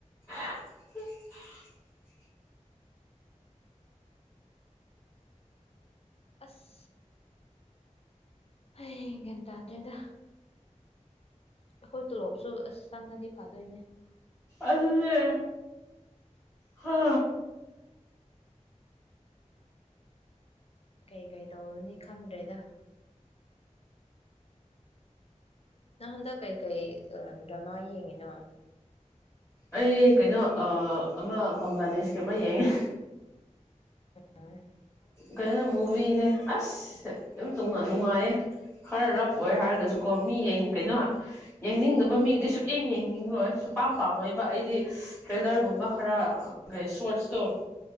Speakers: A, in the centre; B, on the left (about 50°).
A: <unintelligible>
B: ꯑꯁ ꯍꯩ ꯒꯌ꯭ꯥꯟꯇꯥꯗ꯭ꯔꯦꯗ ꯑꯩꯈꯣꯏ ꯇꯣꯂꯣꯞꯁꯨ ꯑꯁ ꯆꯪꯉꯗꯤ ꯐꯗꯣꯏꯅꯦ
A: ꯑꯗꯨꯅꯦ ꯍꯥ
B: ꯀꯩ ꯀꯩ ꯇꯧꯔꯨꯅꯤ ꯈꯪꯗ꯭ꯔꯦꯗ ꯅꯩ ꯍꯟꯗꯛ ꯀꯩꯀꯩ ꯗ꯭ꯔꯃꯥ ꯌꯦꯡꯉꯤꯅꯣ
A: ꯑꯩ ꯀꯩꯅꯣ ꯑ ꯑꯃ ꯕꯪꯒ꯭ꯂꯥꯗꯦꯁꯀꯤ ꯑꯃ ꯌꯦꯡꯉꯦ
B: ꯑ
A: ꯀꯩꯅꯣꯅꯦ ꯃꯨꯚꯤꯅꯦ ꯑꯁ ꯌꯥꯝ ꯅꯨꯡꯉꯥꯏꯌꯦ ꯈꯔ ꯔꯐ ꯑꯣꯏ ꯍꯥꯏꯔꯒꯁꯨꯀꯣ ꯃꯤꯡ ꯀꯩꯅꯣ ꯌꯦꯡꯅꯤꯡꯗꯕ ꯃꯤ ꯇꯤꯁꯨꯛꯌꯦꯡ ꯌꯦꯡꯅꯤꯡꯉꯣꯏ ꯁꯨꯛ ꯄꯝ ꯄꯥꯝꯃꯣꯏꯕ ꯑꯩꯗꯤ ꯇ꯭ꯔꯦꯂꯔꯒꯨꯝꯕ ꯈꯔ ꯀ ꯁꯣꯔꯠꯁꯇꯣ